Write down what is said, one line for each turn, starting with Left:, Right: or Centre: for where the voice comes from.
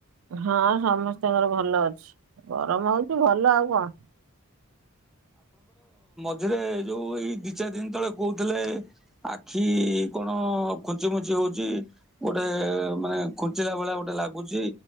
Right: ହଁ ସମସ୍ତଙ୍କର ଭଲ ଅଛି, ଗରମ ହଉଛି ଭଲ ଆଉ କଣ?
Centre: ଏ ସେରେ ଯୋଉ ଏଇ ଦି ଚାରି ଦିନ ତଳେ କହୁଥିଲେ ଆଖି କଣ ଖୁଞ୍ଚି ମୁଞ୍ଚି ହ ଗୋଟେ ମାନେ ଖୁଞ୍ଚିଲା ଭଳିଆ ଗୋଟେ ଲାଗୁଛି,